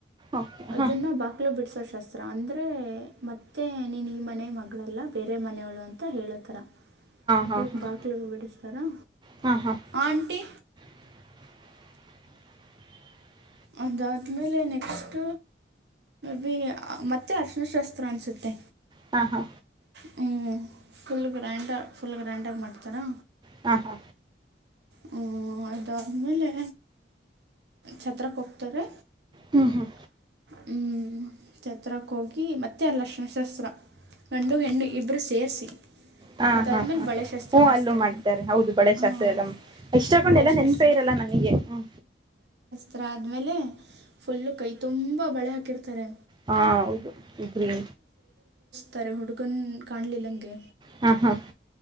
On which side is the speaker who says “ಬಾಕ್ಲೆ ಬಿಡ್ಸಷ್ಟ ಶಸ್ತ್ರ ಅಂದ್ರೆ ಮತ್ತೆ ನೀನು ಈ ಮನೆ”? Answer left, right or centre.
Right